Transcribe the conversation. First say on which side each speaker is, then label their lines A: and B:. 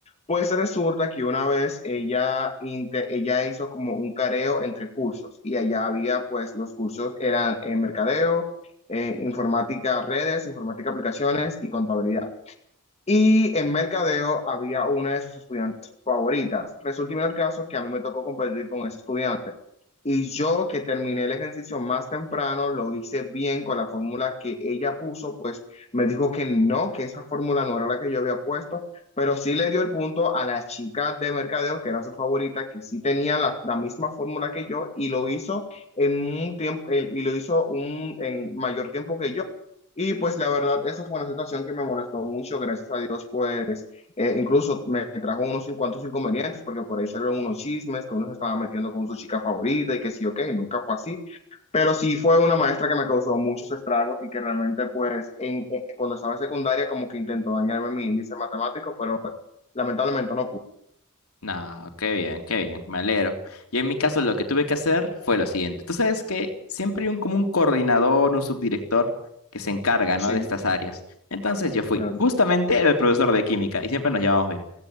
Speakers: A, on the left (about 30°); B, on the left (about 70°).
A: Pues resulta que una vez ella, inte- ella hizo como un careo entre cursos y allá había pues los cursos eran en mercadeo, eh, informática redes, informática aplicaciones y contabilidad. Y en mercadeo había una de sus estudiantes favoritas. Resulta en el caso que a mí me tocó competir con ese estudiante. Y yo que terminé el ejercicio más temprano, lo hice bien con la fórmula que ella puso, pues me dijo que no, que esa fórmula no era la que yo había puesto, pero sí le dio el punto a la chica de mercadeo, que era su favorita, que sí tenía la, la misma fórmula que yo y lo hizo en un tiempo, y lo hizo un, en mayor tiempo que yo. Y pues la verdad, eso fue una situación que me molestó mucho, gracias a Dios, pues eh, incluso me trajo unos cuantos inconvenientes, porque por ahí salieron unos chismes que uno se estaba metiendo con su chica favorita y que sí, ok, nunca fue así. Pero sí fue una maestra que me causó muchos estragos y que realmente pues en, eh, cuando estaba en secundaria como que intentó dañarme mi índice matemático, pero lamentablemente no pudo.
B: No, qué bien, qué bien, me alegro. Y en mi caso lo que tuve que hacer fue lo siguiente. Tú sabes que siempre hay un, como un coordinador, un subdirector que se encarga,
A: Sí,
B: ¿no? de estas áreas. Entonces yo fui.
A: claro.
B: Justamente era el profesor de química y siempre nos llevamos bien.